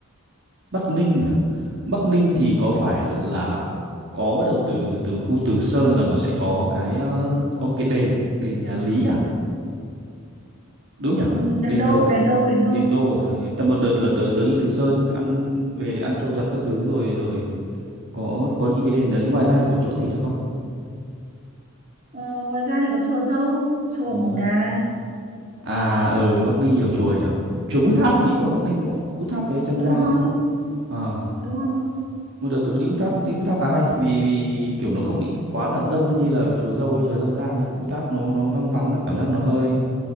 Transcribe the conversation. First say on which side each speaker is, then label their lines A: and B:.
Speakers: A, on the right; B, on the right.
A: Bắc Ninh à? Bắc Ninh thì có phải là có bắt đầu từ từ khu Từ Sơn là nó sẽ có cái ờ, có một cái đền đền nhà Lý à đúng nhỉ
B: Ừ, Đền
A: đền
B: Đô,
A: thờ vậy
B: Đền Đô, Đền Đô.
A: đền đô à thờ tại một đợt là tớ tớ đi Từ Sơn ăn về để ăn trâu giật các thứ rồi rồi có có đi cái đền đấy ngoài ra thì còn chỗ gì nữa không
B: Ờ, ngoài ra thì có chùa Dâu, chùa
A: Chùa
B: Bổ
A: Dâu.
B: Đà.
A: à ở Bắc Ninh nhiều chùa nhỉ chùa Bút Tháp hình như
B: Ừ,
A: của Bắc Ninh đúng không Bút Tháp với Trăm
B: đúng
A: Gian
B: rồi,
A: à
B: đúng rồi.
A: một đợt tớ có đi Bút Tháp đi Bút Tháp khá hay vì vì kiểu nó không bị quá là đông như là cái chùa Dâu ấy, chùa Dâm Gian ấy Bút Tháp nó nó vắng vắng nó cảm giác nó hơi